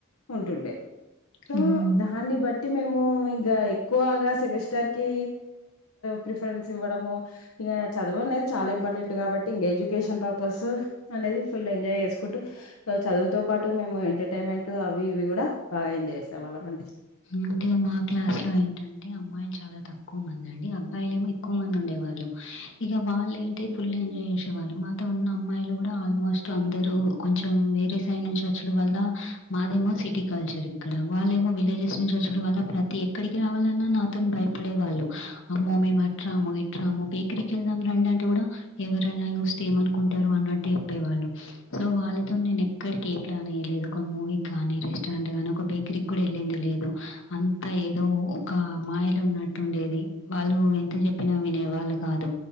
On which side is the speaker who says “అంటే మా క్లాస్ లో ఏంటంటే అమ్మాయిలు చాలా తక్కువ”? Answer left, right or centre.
Left